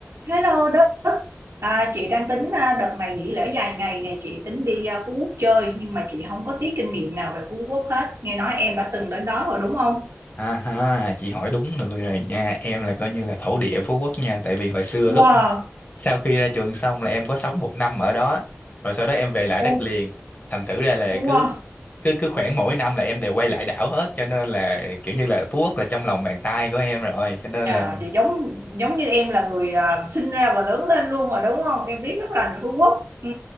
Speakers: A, on the right (about 70°); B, on the left (about 35°).
A: Hello Đức, à, chị đang tính à, đợt này nghỉ lễ dài ngày nè, chị tính đi à, Phú Quốc chơi nhưng mà chị không có tí kinh nghiệm nào về Phú Quốc hết. Nghe nói em đã từng đến đó rồi đúng không?
B: ha ha chị hỏi đúng người rồi nha em là coi như là thổ địa Phú Quốc nha tại vì hồi xưa
A: Wow,
B: lúc sau khi ra trường xong là em có sống một năm ở đó rồi sau đó em về lại
A: oh,
B: đất liền thành thử ra là
A: wow,
B: cứ cứ cứ khoảng mỗi năm là em đều quay lại đảo hết cho nên là kiểu như là Phú Quốc là trong lòng bàn tay của em rồi cho nên
A: À,
B: là
A: vậy giống giống như em là người à, sinh ra và lớn lên luôn rồi đúng không? Em biết rất là Phú Quốc. Ừ,